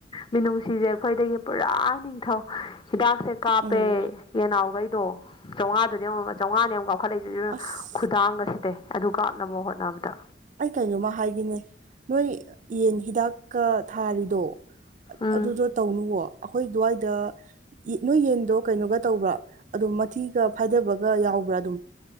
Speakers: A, on the left; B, on the right.
A: ꯃꯤꯅꯨꯡꯁꯤꯁꯦ ꯑꯩꯈꯣꯏꯗꯒꯤ ꯄꯨꯔꯥ ꯅꯤꯡꯊꯧ ꯍꯤꯗꯥꯛꯁꯦ ꯀꯥꯞꯄꯦ
B: ꯎꯝ
A: ꯌꯦꯟ ꯅꯥꯎꯈꯩꯗꯣ ꯆꯥꯝꯉꯥꯗꯨꯅꯦꯡꯉꯥꯕ ꯌꯦꯡꯉꯣꯕ ꯆꯥꯝꯃꯉꯥꯅꯦꯕ ꯑꯃꯨꯛ ꯀꯥꯎꯈꯠꯂꯛꯁꯁꯤ
B: ꯑꯁ
A: ꯇꯥꯡꯒ ꯁꯤꯗꯩ ꯑꯗꯨ ꯀꯥꯞꯅꯕ ꯍꯣꯠꯅꯕꯗ
B: ꯑꯩ ꯀꯩꯅꯣꯝꯃ ꯍꯥꯏꯒꯦꯅꯦ ꯅꯣꯏ ꯌꯦꯟ ꯍꯤꯗꯥꯛꯀ ꯊꯥꯔꯤꯗꯣ
A: ꯎꯝ
B: ꯑꯗꯨꯗꯣ ꯇꯧꯅꯨꯕꯣ ꯑꯩꯈꯣꯏ ꯑꯗꯨꯋꯥꯏꯗ ꯅꯣꯏ ꯌꯦꯟꯗꯣ ꯀꯩꯅꯣꯒ ꯇꯧꯕ꯭ꯔꯥ ꯑꯗꯨꯝ ꯃꯊꯤꯒ ꯐꯥꯏꯗꯕꯒ ꯌꯥꯎꯕ꯭ꯔꯥ ꯑꯗꯨꯝ